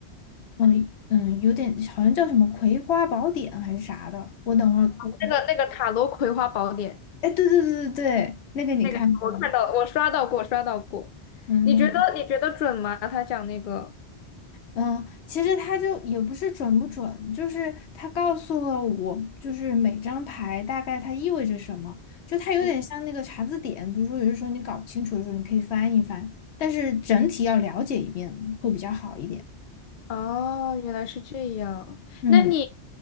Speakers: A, on the left (about 75°); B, on the left (about 55°).
A: 嗯嗯，有点好像叫什么《葵花宝典》还是啥的。我等会儿我，
B: 那个那个塔罗葵花宝典，
A: 哎，对对对对对，那个你看过吗？
B: 那个我看到我刷到过刷到过，
A: 嗯。
B: 你觉得你觉得准吗？他讲那个，
A: 嗯，其实他就也不是准不准，就是他告诉了我，就是每张牌大概它意味着什么，就它有点像那个查字典，
B: 嗯
A: 比如说有的时候你搞不清楚的时候，你可以翻一翻，但是整体要了解一遍会比较好一点。
B: 哦，原来是这样。
A: 嗯，
B: 那你